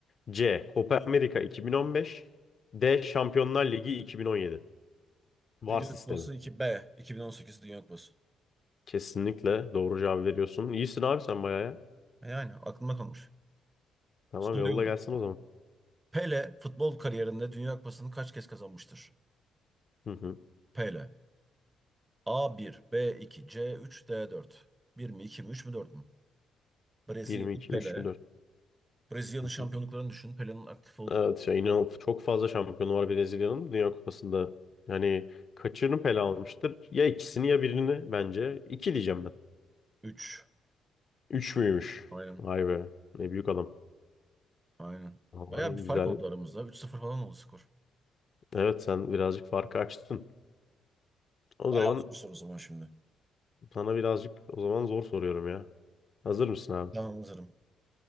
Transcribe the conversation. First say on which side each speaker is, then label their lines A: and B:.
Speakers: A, on the left; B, on the right.
A: C. Copa America 2015. D. Şampiyonlar Ligi 2017. VAR
B: Dünya
A: sistemi.
B: Kupası iki b 2018 Dünya Kupası.
A: Kesinlikle doğru cevap veriyorsun. İyisin abi sen bayağı ya.
B: E Yani aklımda kalmış.
A: Tamam
B: Soruyorum.
A: yolla gelsin o zaman.
B: Pele futbol kariyerinde Dünya Kupası'nı kaç kez kazanmıştır?
A: Hı hı.
B: Pele. a bir, b iki, c üç, d dört. Bir mi, 2 mi, 3 mü, 4 mü? Brezilyalı
A: 1 mi 2
B: Pele.
A: mi 3 mü 4?
B: Brezilya'nın
A: Hı
B: şampiyonluklarını
A: hı.
B: düşün. Pele'nin aktif olduğu
A: Evet şey, inan çok fazla şampiyonu var Brezilya'nın Dünya Kupası'nda. Yani kaçını pele almıştır? Ya ikisini ya birini bence. iki diyeceğim ben.
B: 3.
A: 3 müymüş?
B: Aynen.
A: Vay be. Ne büyük adam.
B: Aynen.
A: Vallahi
B: Bayağı bir fark
A: güzel.
B: oldu aramızda. Üç sıfır falan oldu skor.
A: Evet sen birazcık farkı açtın. O
B: Bayağı
A: zaman
B: zor soru o zaman şimdi.
A: sana birazcık o zaman zor soruyorum ya. Hazır mısın abi?
B: Tamam hazırım.